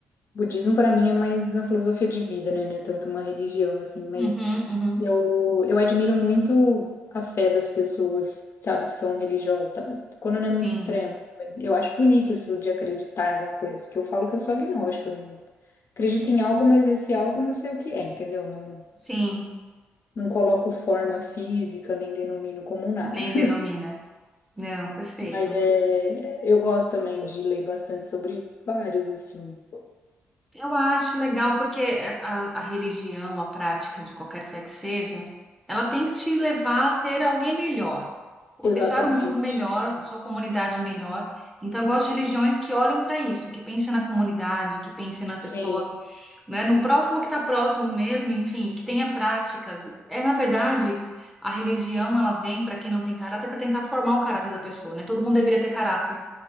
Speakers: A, on the left (about 50°); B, in the centre.
A: budismo para mim é mais uma filosofia de vida, né? Não é tanto uma religião, assim. Mas
B: Uhum, uhum.
A: eu, eu admiro muito a fé das pessoas, sabe, que são religiosas. tá? Quando não
B: Sim,
A: é muito extrema. Mas eu acho bonito isso de acreditar em alguma coisa. Que eu falo que eu sou agnóstica acredito em algo, mas esse algo não sei o que é, entendeu? Não,
B: sim,
A: não coloco forma física, nem denomino como nada.
B: nem
A: <laughs>
B: denomina. Não, perfeito.
A: Mas é, eu gosto também de ler bastante sobre vários, assim.
B: Eu acho legal porque a, a religião, a prática de qualquer fé que seja, ela tem que te levar a ser alguém melhor. ou
A: Exatamente.
B: deixar o mundo melhor, sua comunidade melhor. Então, eu gosto de religiões que olham para isso, que pensem na comunidade, que pensem na
A: Sim,
B: pessoa, né, no próximo que está próximo mesmo, enfim, que tenha práticas. É, na verdade, a religião, ela vem para quem não tem caráter para tentar formar o caráter da pessoa, né? Todo mundo deveria ter caráter